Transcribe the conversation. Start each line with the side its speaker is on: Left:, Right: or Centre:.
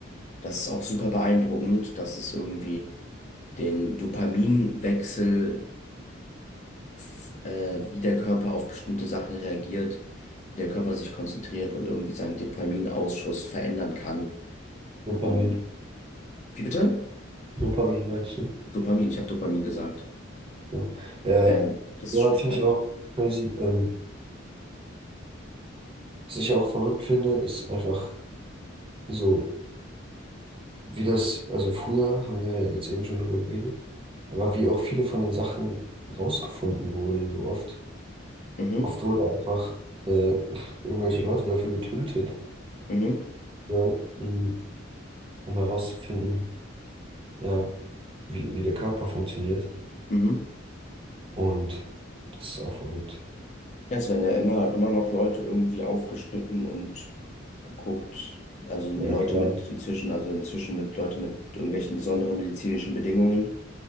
Left: Das ist auch super beeindruckend, dass es irgendwie den Dopaminwechsel, f- äh, wie der Körper auf bestimmte Sachen reagiert, wie der Körper sich konzentriert und irgendwie seinen Dopaminausschuss verändern kann.
Right: Dopamin.
Left: Ähm, wie bitte?
Right: Dopamin meinst du?
Left: Dopamin, ich habe Dopamin gesagt.
Right: So. Ja,
Left: Ähm, das
Right: ja
Left: ist schon
Right: finde
Left: echt beeindruckend.
Right: ich auch crazy. Ähm, was ich auch verrückt finde, ist einfach so, wie das, also früher haben wir ja jetzt eben schon drüber geredet, aber wie auch viele von den Sachen rausgefunden wurden, so oft.
Left: Mhm,
Right: Oft wurde einfach äh, <laughs> irgendwelche Leute dafür getötet,
Left: mhm,
Right: ja, um um herauszufinden, ja, wie, wie der Körper funktioniert.
Left: mhm.
Right: Und das ist auch verrückt.
Left: Ja, es werden ja immer, immer noch Leute irgendwie aufgeschnitten und geguckt. Also Leute
Right: Ja, klar.
Left: mit inzwischen, also inzwischen mit Leute mit irgendwelchen besonderen medizinischen Bedingungen.